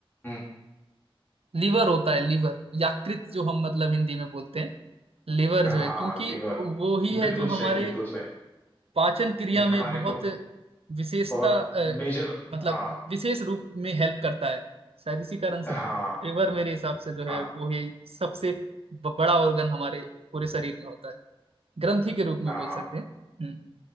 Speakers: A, on the left; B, on the right.
A: हम्म,
B: लीवर होता है लीवर यकृत जो हम मतलब हिंदी में बोलते हैं लिवर
A: हाँ
B: जो है क्योंकि
A: लीवर
B: वो ही है
A: बिल्कुल
B: जो हमारे
A: सही बिल्कुल सही
B: पाचन क्रिया
A: हम्म,
B: में
A: खाने
B: बहुत
A: को
B: विशेषता
A: बहुत
B: अ,
A: मेजर
B: मतलब
A: हाँ
B: विशेष रूप में हेल्प करता है शायद इसी कारण से
A: हाँ
B: लिवर मेरे हिसाब से जो है
A: हाँ
B: वो ही सबसे ब- बड़ा ऑर्गन हमारे पूरे शरीर में होता है ग्रंथि के रूप में
A: हाँ
B: बोल
A: हाँ
B: सकते हैं हम्म हम्म।